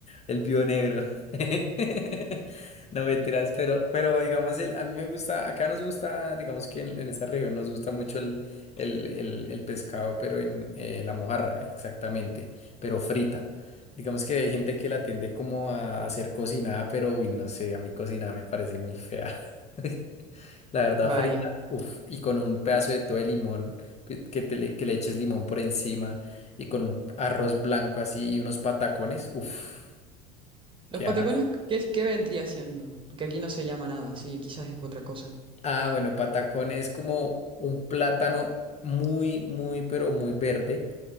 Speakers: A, on the left; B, on the right.
A: El viudo negro. <laughs> No mentiras, pero, pero digamos, el, a mí me gusta, acá nos gusta, digamos que en, en esa región nos gusta mucho el, el, el, el pescado, pero en eh, la mojarra, exactamente, pero frita. Digamos que hay gente que la tiende como a, hacer cocinada, pero uy, no sé, a mí cocinada me parece muy fea. <laughs> La verdad,
B: Vaya.
A: frita, uff, y con un pedazo de todo de limón, que, que, te le, que le eches limón por encima, y con un arroz blanco así y unos patacones, uff.
B: ¿Los
A: ¿Qué
B: patacones
A: haces?
B: qué, es- qué vendría siendo? Porque aquí no se llama nada, sí, quizás es otra cosa.
A: Ah, bueno, patacón es como un plátano muy, muy, pero muy verde.